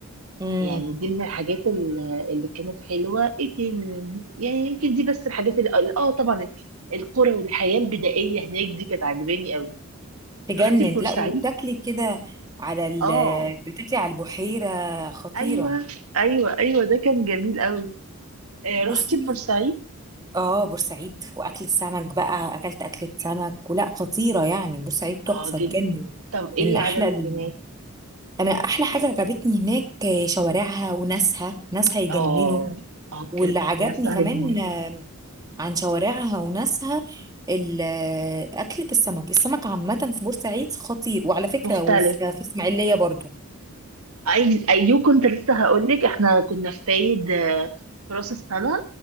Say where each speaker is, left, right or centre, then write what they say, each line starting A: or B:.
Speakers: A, on the right (about 15°); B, on the right (about 75°).
A: مم.
B: يعني دي من الحاجات ال- اللي كانت حلوة ايه تاني يعني يمكن دي بس الحاجات اللي اه آه، طبعا القرى والحياة البدائية هناك دي كانت عاجباني قوي
A: تجنن
B: رحتي بورسعيد
A: لا وبتاكلي كده على ال
B: اه
A: بتاكلي على البحيرة خطيرة
B: ايوه ايوه ايوه ده كان جميل قوي آه
A: بصي
B: رحتي بورسعيد
A: اه بورسعيد واكل السمك بقى اكلت اكلة سمك ولا خطيرة يعني بورسعيد تحفة
B: اه جدا
A: تجنن
B: طب ايه
A: من احلى
B: عجبك
A: ال-
B: هناك
A: انا احلى حاجة عجبتني هناك آه، شوارعها وناسها ناسها يجننوا
B: اه اه
A: واللي
B: كانت
A: عجبني
B: ناس عايزة
A: كمان آه، عن شوارعها وناسها ال- آه، اكلة السمك السمك عامة في بورسعيد خطير وعلى فكرة
B: مختلف
A: وفي آه، في اسماعيلية برضو
B: اي ايوه كنت لسه هقول لك احنا كنا في فايد آه، في راس السنه